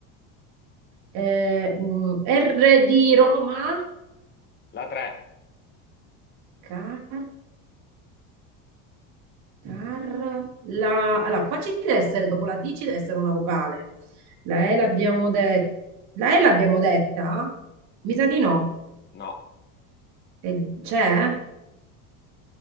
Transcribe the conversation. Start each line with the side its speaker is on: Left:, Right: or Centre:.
Right: Eh, mm, R di Roma?
Left: La 3,
Right: Car Car, la, allora, qua ci deve essere, dopo la D ci deve essere una vocale. La E l'abbiamo detta. La E l'abbiamo detta? Mi sa di no.
Left: no.
Right: E c'è?